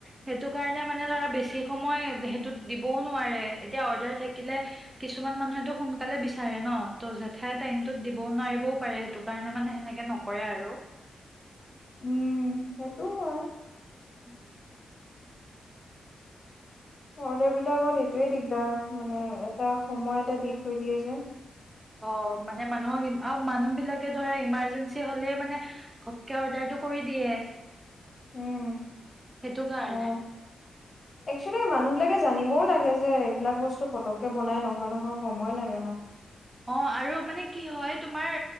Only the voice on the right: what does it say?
সেইটো কাৰণে মানে ধৰা বেছি সময় সেইটোত দিবও নোৱাৰে। এতিয়া অৰ্ডাৰ থাকিলে কিছুমান মানুহেতো সোনকালে বিচাৰে ন, ত জেঠাই টাইমতোত দিবও নোৱাৰিবও পাৰে সেইটো কাৰণে মানে সেনেকে নকৰে আৰু।
উম।
অ মানে মানুহক, আৰু মানুহবিলাকে ধৰা ইমাৰ্জেঞ্চি হ'লেই মানে ঘপকে অৰ্ডাৰটো কৰি দিয়ে।
সেইটো কাৰণে
অ আৰু মানে কি হয় তোমাৰ